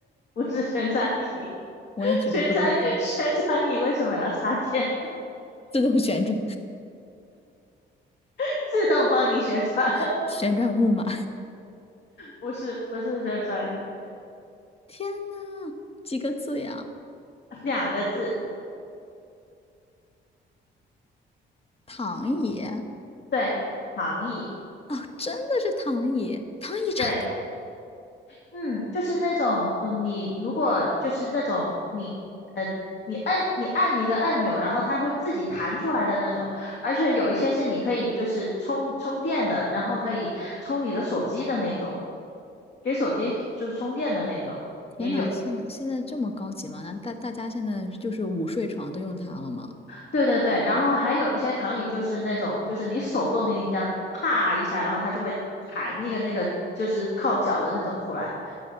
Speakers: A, on the left (about 60°); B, on the left (about 30°).
A: 不是旋转椅，
B: 我也觉得不太对。
A: <laughs> 旋转旋转椅为什么要插电？
B: 自动旋转，
A: <laughs> 自动帮你旋转，
B: <laughs>
A: <laughs>
B: 旋转木马。
A: 不是不是旋转椅，
B: 天呐，几个字呀？
A: 两个字，
B: 躺椅
A: 对，躺椅，
B: 哦，真的是躺椅，躺椅插电。
A: 对。嗯，就是那种，嗯，你如果就是那种你，呃，你按你按一个按钮，然后它会自己弹出来的那种，而且有一些是你可以就是充充电的，然后可以充你的手机的那种，给手机就是充电的那种也有。
B: 天呐，现在现在这么高级吗？那大大家现在就是午睡床都用它了吗？
A: 对对对，然后还有一些躺椅就是那种，就是你手动的，你这样啪一下，然后它就会弹一个那个就是靠脚的那种出来。